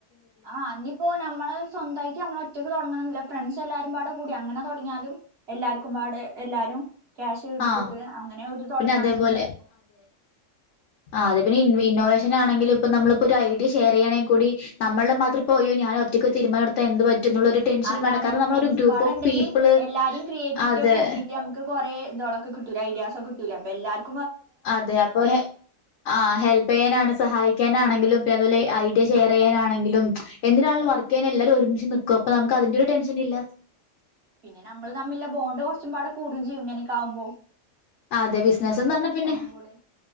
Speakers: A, on the right; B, on the left.
A: ആ അന്നപ്പോ നമ്മൾ സ്വന്തമായിട്ട് നമ്മള ഒറ്റയ്ക്ക് തുട അങ്ങന ഫ്രണ്ട്സ് എല്ലാവരും ഒരുപാട് കൂടി അങ്ങനെ തുടങ്ങിയാലും എല്ലാർക്കും പാട് എല്ലാവരും ക്യാഷ് എടുത്തിട്ട്
B: ആഹ്
A: അങ്ങനെ ഒരു തുടങ്ങാണെങ്കിലും
B: പിന്നെ അതേപോലെ
A: പറ്റും
B: അത് പിന്നെ ഇന്നോവേഷൻ ആണങ്കിലും ഇപ്പ നമ്മളിപ്പോ ഒരു ഐഡി ഷെയർ ചെയ്യണങ്കിൽ കൂടി നമ്മളുടെ മാത്രം പോയോ ഞാൻ ഒറ്റയ് തീരുമാനത്ത എന്ത് എന്നുള്ള ഒരു ടെൻഷനും
A: അതാണ്
B: വേണ്ട കാരണം നമ്മളൊരു
A: ഫ്രണ്ട്സ്
B: ഗ്രൂപ്പ്
A: പാടുണ്ടെങ്കിൽ
B: ഓഫ് പീപ്പിള്
A: എല്ലാവരും ക്രിയേറ്റിവിറ്റി
B: അതെ
A: ഒക്കെ കൂട്ടിട്ട് നമുക്ക് കൊറെേ കണക്ക് കിട്ടൂലേ ഐഡിയസ് ഒക്കെ കിട്ടൂലേ അപ്പോ എല്ലാവരും
B: അതെ അപ്പൊ ആ ഹെൽപ് ചെയ്യാനാണ് സഹായിക്ക <inaudible> ആണെങ്കിലും അതുപോല ഐഡിയ ഷെയർ ചെയ്യാനാണെങ്കിൽ എന്തിനാന്നെലും വർക്ക് ചെയ്യാൻ എല്ലാവരും ഒരുമിച്ച് നിൽക്കും അപ്പോ നമ്മുക്ക് അത്ര അതിന്റെ ഒരു ടെൻഷൻ ഇല്ല
A: പിന്നെ നമ്മൾ തമ്മിലുള്ള ബോണ്ട് കുറച്ചുംപാടെ കൂടുകയും ചെയ്യും ഇങ്ങനെയൊക്കാവുമ്പോ
B: അതെ ബിസിനസെന്ന് പറഞ്ഞ പിന്നെ
A: ഒന്നുകൂടെ